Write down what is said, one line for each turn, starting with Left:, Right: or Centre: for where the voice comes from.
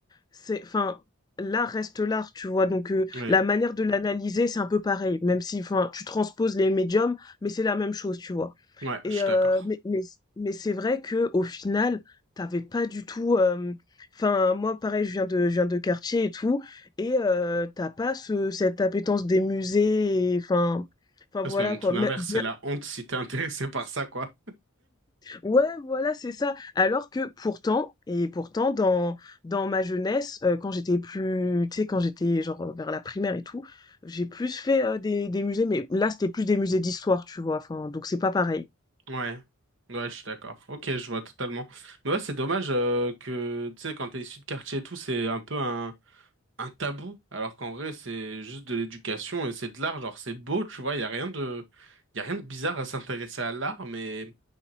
Left: c'est, enfin, l'art reste l'art, tu vois. Donc, euh,
Right: Oui,
Left: la manière de l'analyser, c'est un peu pareil, même si, enfin, tu transposes les médiums, mais c'est la même chose, tu vois.
Right: ouais, je
Left: Et
Right: suis
Left: euh,
Right: d'accord.
Left: mais mais, mais c'est vrai que au final, t'avais pas du tout. euh, Enfin, moi, pareil, je viens de je viens de quartier et tout, et euh, t'as pas ce cette appétence des musées. et Enfin, enfin voilà
Right: C'est même
Left: quoi.
Right: tout l'inverse,
Left: Mais bien,
Right: c'est la honte si t'es intéressé par ça, quoi.
Left: ouais, voilà, c'est ça. Alors que pourtant, et pourtant, dans dans ma jeunesse, euh, quand j'étais plus, tu sais, quand j'étais genre euh, vers la primaire et tout, j'ai plus fait euh, des des musées, mais là, c'était plus des musées d'histoire, tu vois. Enfin, donc c'est pas pareil.
Right: Ouais, ouais, je suis d'accord. Ok, je vois totalement. Mais ouais, c'est dommage euh, que, tu sais, quand t'es issu de quartier et tout, c'est un peu un, un tabou, alors qu'en vrai, c'est juste de l'éducation et c'est de l'art. Genre, c'est beau, tu vois, il y a rien de, y a rien de bizarre à s'intéresser à l'art, mais